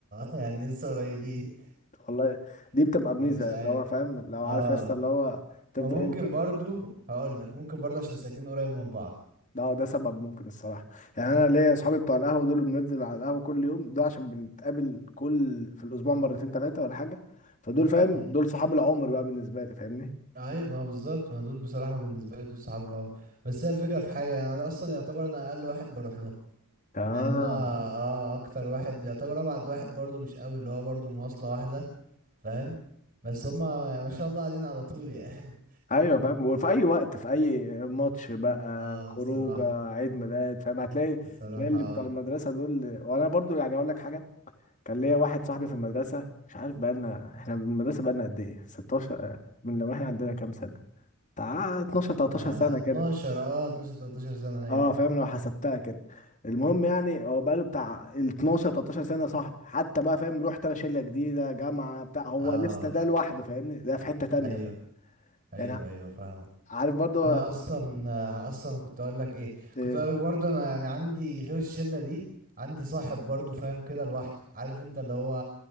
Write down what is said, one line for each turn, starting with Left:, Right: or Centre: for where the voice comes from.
Right: <laughs> يعني لسه قريبين
Left: والله دي
Right: <laughs>
Left: بتبقى ميزه
Right: فمش عارف
Left: اللي هو فاهم لو
Right: اه
Left: عارف يا اسطى اللي هو تفضل
Right: وممكن
Left: انت
Right: برضو هقول لك ممكن برضو عشان ساكنين قريب من بعض
Left: لا ده سبب ممكن الصراحه يعني انا ليا اصحابي بتوع القهوه دول بنفضل على القهوه كل يوم ده عشان بنتقابل كل في الاسبوع مرتين ثلاثه ولا حاجه فدول فاهم
Right: مم.
Left: دول صحاب العمر بقى بالنسبه لي فاهمني
Right: ايوه ما بالظبط ما دول بصراحة بالنسبة لي دول صحاب العمر بس هي الفكرة في حاجة يعني انا اصلا يعتبر انا اقل واحد بروح له
Left: تمام
Right: لان انا اه اكتر واحد يعتبر ابعد واحد برضو مش قوي اللي هو برضو مواصلة واحدة فاهم بس هما يعني ما شاء الله قاعدين على طول يعني
Left: ايوه فاهم وفي اي وقت في اي ماتش بقى
Right: <laughs> اه
Left: خروجه
Right: بصراحة
Left: عيد ميلاد فاهم هتلاقي
Right: بصراحة
Left: تلاقي اللي بتاع المدرسه دول وانا برضو يعني اقول لك حاجه كان ليا واحد صاحبي في المدرسه مش عارف بقى لنا احنا من المدرسه بقى لنا قد ايه 16 من لما احنا عندنا كام سنه بتاع 12 13
Right: آه
Left: سنه
Right: 12
Left: كده
Right: اه 12 13 سنة ايوه
Left: اه فاهم لو حسبتها كده المهم يعني هو بقى له بتاع ال 12 13 سنه صاحبي حتى بقى فاهم رحت انا شله جديده جامعه بتاع هو
Right: اه
Left: لسه ده لوحده فاهمني ده في حته تانيه
Right: ايوه
Left: بقى
Right: ايوه
Left: يعني
Right: ايوه فاهمك
Left: عارف برضو
Right: انا اصلا آه اصلا كنت اقول لك ايه
Left: آه،
Right: كنت اقول لك برضو انا يعني عندي غير الشلة دي عندي صاحب برضو فاهم كده لوحده عارف انت اللي هو